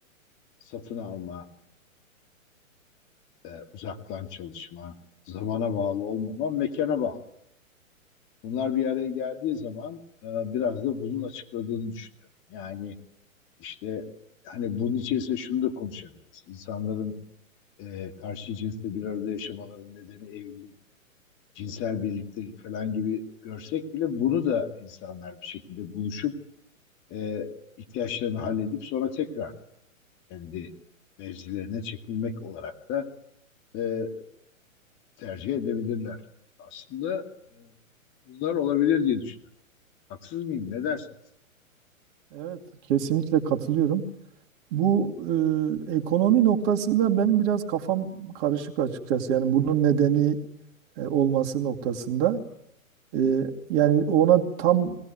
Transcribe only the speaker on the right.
Evet, kesinlikle katılıyorum. Bu e, ekonomi noktasında benim biraz kafam karışık açıkçası. Yani bunun nedeni e, olması noktasında. Ee, yani ona tam